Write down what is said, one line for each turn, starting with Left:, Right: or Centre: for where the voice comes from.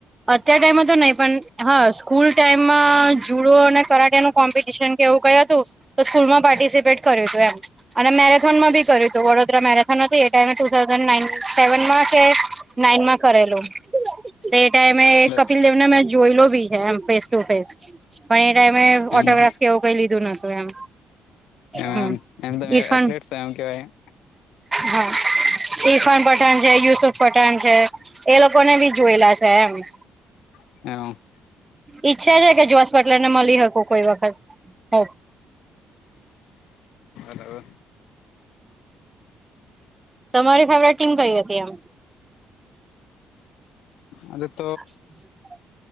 Right: અત્યાર ટાઈમમાં તો નહી પણ હા સ્કૂલ ટાઈમમાં જુડો અને કરાટે કોમ્પિટિશન એવું કહ્યું હતું તો સ્કૂલમાં પાર્ટિસિપેટ કર્યું હતું એમ અને મેરે બી કર્યું હતું વડોદરા મેરેથોન હત એ ટાઈમે ટુ થાઉઝન્ડ ના સેવનમાં કે નાઈન માં કરેલું. ટાઈમે
Left: હતી
Right: કપિલ
Left: ત્યારે
Right: દેવને મેં જોઈ બી છે એ ફેસ ટુ ફેસ પણ એ ટાઈમે
Left: મેં
Right: ઓટોગ્રાફ
Left: જોયેલું બી
Right: કેવું કઈ લીધું નતું એમ
Left: લીધું એમ
Right: હમ
Left: એમ એમ તમે
Right: ઈરફાન
Left: એથ્લેટ છો એમ કેવાય એમ
Right: હમ. ઇફાન પઠાણ છે યુસુફ પઠાણ છે એ લોકો ને બી જોયેલા છે. એમ.
Left: <inaudible>
Right: ઈચ્છા છે કે જોશ પટલર ને મળી શકું કોઈ વખત. હો
Left: હલો.
Right: તમારી ફેવરેટ ટીમ કઈ હતી એમ?
Left: <inaudible>
Right: <inaudible>